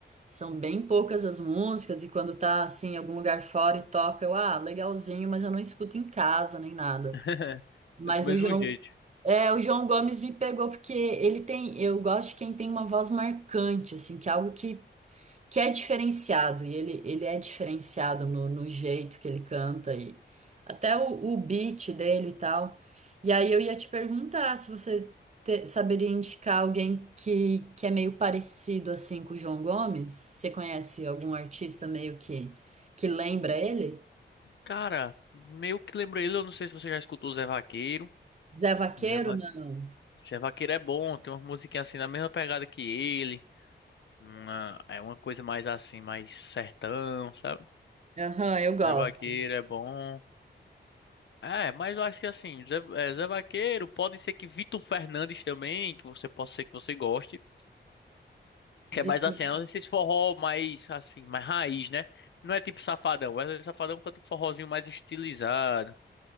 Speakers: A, on the right (about 35°); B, on the left (about 70°).
A: São bem poucas as músicas, e quando tá assim, em algum lugar fora e toca, eu, ah, legalzinho, mas eu não escuto em casa nem nada.
B: <laughs>
A: Mas
B: É Do mesmo
A: o João,
B: jeito.
A: é, o João Gomes me pegou porque ele tem, eu gosto de quem tem uma voz marcante, assim, que é algo que que é diferenciado, e ele, ele é diferenciado no, no jeito que ele canta, e até o, o beat dele e tal. E aí eu ia te perguntar se você te- saberia indicar alguém que, que é meio parecido assim com o João Gomes. Você conhece algum artista meio que, que lembra ele?
B: Cara, meio que lembro ele, eu não sei se você já escutou o Zé Vaqueiro.
A: Zé Vaqueiro?
B: Zé, Va...
A: Não.
B: Zé Vaqueiro é bom, tem uma musiquinhas assim na mesma pegada que ele. Uma... É uma coisa mais assim, mais sertão, sabe?
A: Aham, eu gosto.
B: Zé Vaqueiro é bom. É, mas eu acho que assim, Zé, é, Zé Vaqueiro, pode ser que Vitor Fernandes também, que você possa ser que você goste. Que
A: Vitor-
B: é mais assim, é esses forró mais assim, mais raiz, né? Não é tipo Safadão. É Safadão canta um forrozinho mais estilizado.